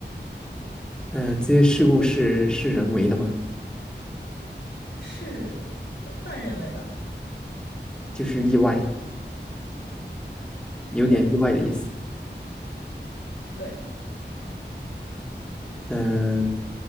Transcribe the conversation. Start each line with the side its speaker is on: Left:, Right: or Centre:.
Centre: 嗯，这些事故是是人为的吗？
Left: 是呃半人为吧？
Centre: 就是意外，有点意外的意思。
Left: 对对。
Centre: 嗯，